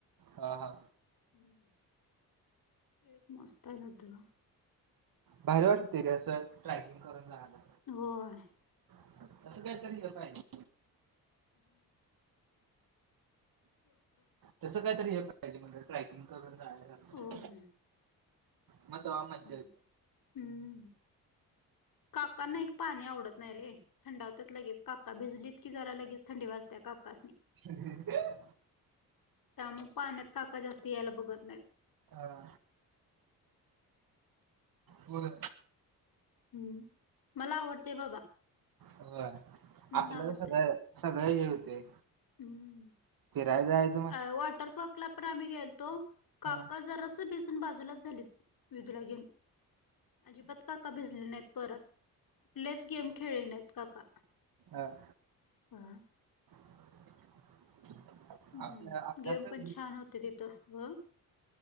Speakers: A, on the right (about 65°); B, on the left (about 60°).
A: हा हा.
B: तिथं एक मस्त आहे धबधबा.
A: भारी वाटतंय ते असं ट्रकिंग करून जायला.
B: होय.
A: तसं काहीतरी ह्या पाहिजे.
B: <inaudible> <inaudible>
A: तसं कायतरी हे पाहिजे म्हणजे ट्रॅकिंग करून जायाचं झालंतर.
B: होय.
A: मग तवा मज्जा येत
B: हं.. काकांना एक पाणी आवडत नाही रे. थंडावतात लगेच काका भिजलीत की जरा लगेच थंडी वाजतेय काकासनी.
A: ह.
B: त्यामुळं पाण्यात काका जास्त यायला बघत नाहीत.
A: हा. होय.
B: ह.. मला आवडतय बाबा.
A: व्हंय
B: मला
A: आपल्याला
B: आवडते
A: सगळं. सगळं हे हुतयं
B: हम्म
A: फिराय जायाच
B: अ वॉटरपार्कला पण आम्ही गेलतो, काका
A: हा
B: जरासं भिजून बाजूलाच झालीत. विधूला घेऊन अजिबात काका भिजले नाहीत परत. कुठलेच गेम खेळले नाहीत काका.
A: अं.
B: हा.
A: <unintelligible>
B: हं..
A: आपल्या
B: गेम
A: तर
B: पण छान होते तिथं व.